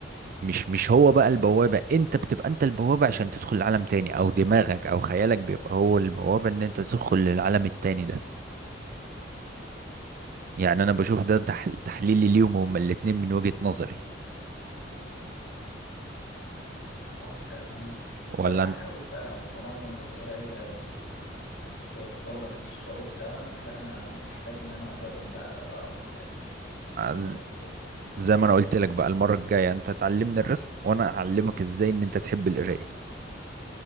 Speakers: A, on the right; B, on the left.
A: مش مش هو بقى البوابة انت بتبقى انت البوابة عشان تدخل العالم تاني او دماغك او خيالك بيبقى هو البوابة ان انت تدخل للعالم التاني ده يعني انا بشوف ده تح- تحليلي ليهم هما الاتنين من وجهة نظري
B: آه فعلًا،
A: ولا
B: بس أنا هاحاول
A: انت
B: بقى طالما إن القراية بت بتوصّل لك للشعور ده، لأ أنا محتاج إن أنا أجرّب بقى أقرا كتاب يعني، يعني
A: ز-
B: تحب
A: زي ما انا قلت لك بقى المرة الجاية انت تعلمني الرسم وانا اعلمك ازاي ان انت تحب القراية